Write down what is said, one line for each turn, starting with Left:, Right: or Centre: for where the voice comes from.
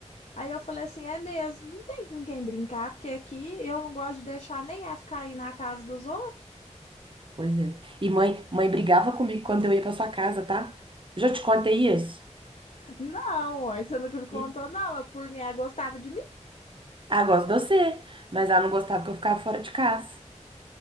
Left: Aí eu falei assim, é mesmo, não tem com quem brincar, porque aqui eu não gosto de deixar nem F cair na casa dos outros.
Right: Pois é. E mãe, mãe brigava comigo quando eu ia pra sua casa, tá? Já te contei isso?
Left: Não, aí você nunca me contou,
Right: E-
Left: não, eu por mim, ela gostava de mim.
Right: Ah, gosto de você, mas ela não gostava que eu ficava fora de casa.